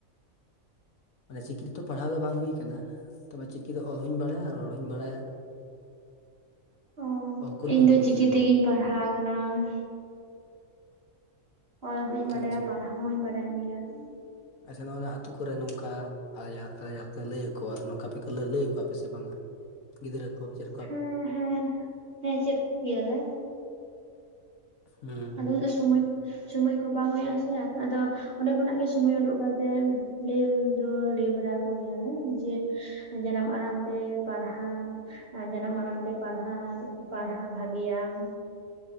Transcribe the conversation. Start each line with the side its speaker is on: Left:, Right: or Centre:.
Left: ᱢᱟᱱᱮ ᱪᱤᱠᱤ ᱛᱮᱫᱚ ᱯᱟᱲᱦᱟᱣ ᱫᱚ ᱵᱟᱝ ᱦᱩᱭ ᱟᱠᱟᱱᱟ, ᱛᱚᱵᱮ ᱪᱤᱠᱤ ᱫᱚ ᱚᱞ ᱦᱩᱧ ᱵᱟᱲᱟᱭᱟ ᱨᱚᱲ ᱦᱩᱧ ᱵᱟᱲᱟᱭᱟ ᱾
Right: ᱚ
Left: ᱚᱞ ᱠᱚᱦᱚᱧ
Right: ᱤᱧ
Left: ᱩᱨᱩᱢ
Right: ᱫᱚ
Left: ᱜᱮᱭᱟ
Right: ᱪᱤᱠᱤ ᱛᱮᱜᱤᱧ ᱯᱟᱲᱦᱟᱣ ᱟᱠᱟᱱᱟ ᱾ ᱚᱞ ᱦᱩᱧ ᱵᱟᱰᱟᱭᱟ
Left: ᱟᱪᱪᱷᱟ
Right: ᱯᱟᱲᱦᱟᱣ ᱦᱩᱧ ᱵᱟᱰᱟᱭ ᱜᱮᱭᱟ ᱾
Left: ᱟᱪᱪᱷᱟ ᱱᱚᱜᱼᱚᱭ ᱱᱚᱣᱟ ᱟᱹᱛᱩ ᱠᱚᱨᱮ ᱱᱚᱝᱠᱟᱼᱼ ᱡᱟᱦᱟᱸ ᱞᱮᱠᱟ ᱞᱟᱹᱭ ᱟᱠᱚᱣᱟ ᱱᱚᱝᱠᱟ ᱯᱮ ᱞᱟᱹᱭ ᱟᱠᱚᱣᱟᱯᱮ ᱥᱮ ᱵᱟᱝᱟ? ᱜᱤᱫᱽᱨᱟᱹ ᱠᱚ ᱪᱮᱫᱼᱼ
Right: ᱦᱮᱸ ᱦᱮᱸ, ᱦᱮᱸ ᱪᱮᱫ ᱠᱚᱜᱮᱭᱟᱞᱮ ᱾
Left: ᱦᱩᱸ
Right: ᱟᱫᱚ ᱫᱚ ᱥᱚᱢᱚᱭ, ᱥᱚᱢᱚᱭ ᱠᱚ ᱵᱟᱝ ᱦᱩᱭᱩᱜᱼᱟ ᱥᱮ ᱾ ᱟᱫᱚᱼᱼ ᱚᱸᱰᱮ ᱠᱷᱚᱱᱟᱜ ᱜᱮ ᱥᱚᱢᱚᱭ ᱩᱰᱩᱠ ᱠᱟᱛᱮᱜ, ᱞᱟᱹᱭ ᱫᱚ ᱞᱟᱹᱭ ᱵᱟᱲᱟ ᱠᱚᱜᱮᱭᱟᱞᱮ ᱡᱮᱼᱼ ᱡᱟᱱᱟᱢ ᱟᱲᱟᱝᱛᱮ ᱯᱟᱲᱦᱟᱣᱼᱼ ᱟᱨ ᱡᱟᱱᱟᱢ ᱢᱟᱲᱟᱝᱛᱮ ᱯᱟᱲᱦᱟᱣ, ᱯᱟᱲᱦᱟᱣ ᱵᱷᱟᱜᱤᱭᱟ ᱾